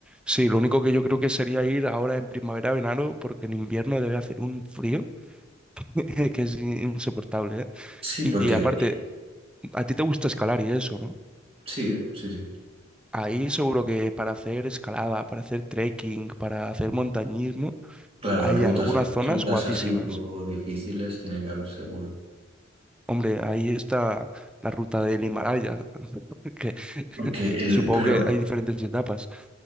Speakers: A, in the centre; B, on the right (about 30°).
A: sí, lo único que yo creo que sería ir ahora en primavera, verano, porque en invierno debe hacer un frío <laughs> que es insoportable, ¿eh?
B: Sí,
A: Y,
B: porque
A: y aparte, a ti te gusta escalar y eso, ¿no?
B: sí, sí, sí.
A: Ahí seguro que para hacer escalada, para hacer trekking, para hacer montañismo,
B: Claro,
A: hay
B: rutas,
A: algunas zonas
B: rutas
A: guapísimas.
B: así un poco difíciles tiene que haber seguro.
A: Hombre, ahí está la ruta del Himalaya, <laughs> que <laughs>
B: Porque el,
A: supongo
B: pero
A: que hay diferentes etapas.